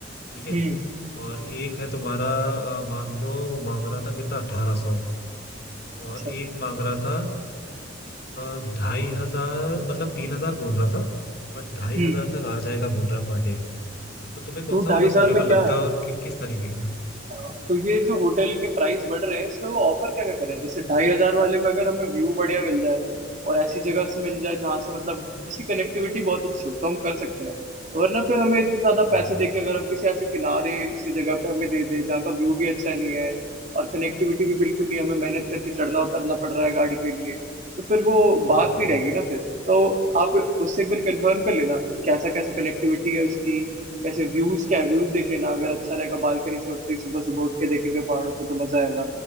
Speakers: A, on the left (about 55°); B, on the right (about 40°).
A: ठीक है
B: हम्म
A: और एक है तुम्हारा आ, मान लो वो मांग रहा था कितना अठारह सौ
B: अच्छा
A: और एक मांग रहा था आ, ढाई हजार मतलब तीन हजार बोल रहा था बट ढाई
B: हम्म
A: हजार तक आ जाएगा बोल रहा पर डे तो तुम्हें कौन
B: तो ढाई
A: सा वाला
B: हजार
A: सुटेबल
B: में क्या
A: लगता
B: है
A: है और कि, किस तरीके का
B: हाँ, तो ये जो होटल के प्राइस बढ़ रहे हैं इसमें वो ऑफर क्या क्या कर रहे हैं जैसे ढाई हजार वाले में अगर हमें व्यू बढ़िया मिल जाए और ऐसी जगह से मिल जाए जहाँ से मतलब जिसकी कनेक्टिविटी बहुत अच्छी हो तो हम कर सकते हैं वरना फिर हमें इतने ज्यादा
A: हाँ
B: पैसे
A: हाँ
B: देके अगर हम किसी ऐसे किनारे सी जगह पे हमें दे दे जहाँ का व्यू भी अच्छा नहीं है और कनेक्टिविटी भी बिल्कुल नहीं है, हमें मेहनत करके चढ़ना उतरना पड़ रहा है गाड़ी के लिए तो फिर वो
A: हम्म,
B: बात नहीं रहेगी ना फिर तो आप उससे एक बार कंफर्म कर लेना कि कैसा कैसा कनेक्टिविटी है उसकी कैसे व्यूज क्या है व्यूज देख लेना अगर अच्छा रहेगा बालकनी से उठते ही सुबह सुबह उठ के देखेंगे पहाड़ों पे तो मजा आएगा